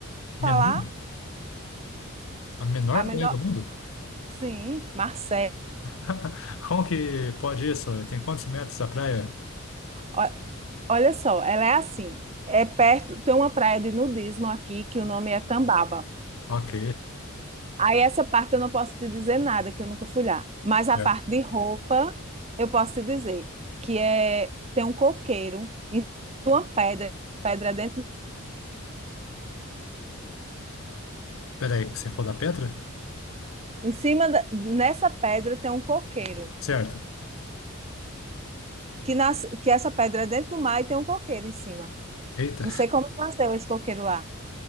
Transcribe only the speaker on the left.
menor, a menor
praia do mundo?
<laughs> Como que pode isso? Tem quantos metros a praia?
Ok.
Certo.
Peraí, que você for da Petra?
Certo.
Eita.